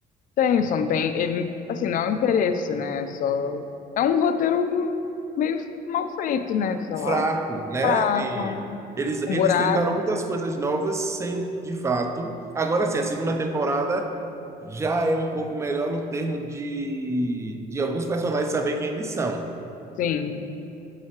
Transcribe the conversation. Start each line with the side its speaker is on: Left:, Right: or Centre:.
Left: Tem, só não tem, ele, assim, não é um interesse, né? É só é um roteiro meio mal feito, né? Sei
Right: Fraco,
Left: lá,
Right: né?
Left: fraco.
Right: E eles eles
Left: Um buraco,
Right: tentaram muitas coisas novas sem, de fato. Agora sim, a segunda temporada já é um pouco melhor no termo de de alguns personagens saber quem eles são.
Left: sim.